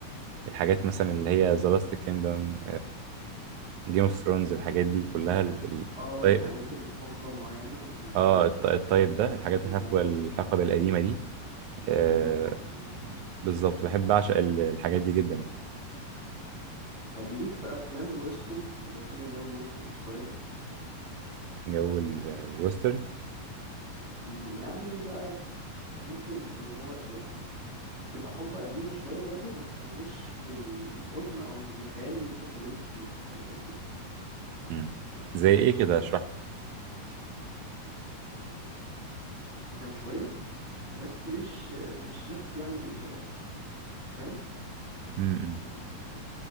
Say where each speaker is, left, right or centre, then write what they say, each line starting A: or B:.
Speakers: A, on the right; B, on the right.
A: الحاجات مثلا اللي هي ذا لاست كيندم جيم اوف ثرونز الحاجات دي كلها ال- ال-
B: اه
A: الطي...
B: الحاجات اللي في حقبة معينة من الزمن
A: اه الط- الطيب ده الحاجات
B: مم.
A: الحقبه الحقبه القديمه دي آه
B: مم. مم. فهمت
A: بالظبط بحب اعشق ال- الحاجات دي جدا يعني
B: طب ليك في افلام الويسترن اللي هي فيها جو الويسترن شوية
A: جو ال- الويسترن
B: مم. يعني بقى ممكن اللي هو يعني تبقى حقبة قديمة شوية برضو بس مش بالقدم او مش بالخيال اللي انت اتكلمت فيه فاهم قصدي
A: مم. زي ايه كده اشرح
B: قدام شوية بس مش مش نفس يعني ال- فاهم
A: مم.